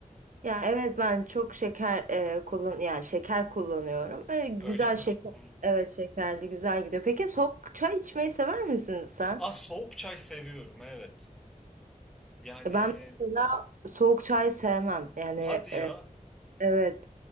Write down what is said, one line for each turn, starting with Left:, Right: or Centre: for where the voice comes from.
Right: Ya evet ben çok şeker e, kullan yani şeker kullanıyorum. Öyle güzel
Centre: Öyle mi?
Right: şeker
Centre: Hmm.
Right: evet şekerli güzel gidiyor. Peki soğuk çay içmeyi sever misin sen?
Centre: Ah soğuk çay seviyorum evet. Yani
Right: E, Ben mesela soğuk çay sevmem. Yani
Centre: hadi
Right: e,
Centre: ya
Right: evet.